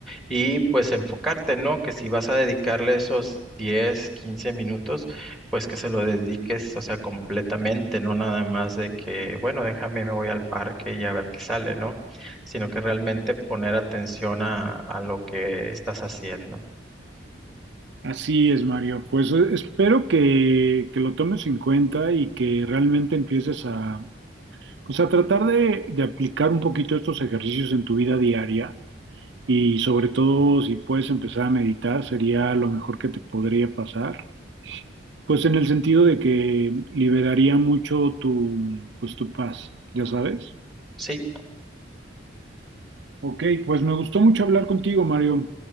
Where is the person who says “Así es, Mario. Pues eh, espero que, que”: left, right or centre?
Right